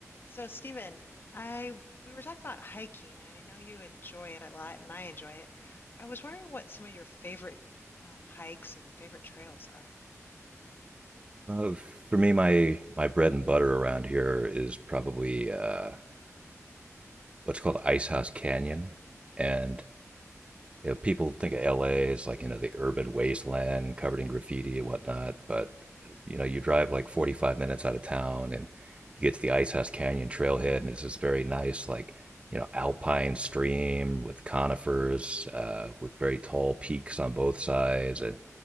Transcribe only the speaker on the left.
So, Stephen, I we were talking about hiking, and I know you enjoy it a lot, and I enjoy it. I was wondering what some of your favorite um, hikes and favorite trails are.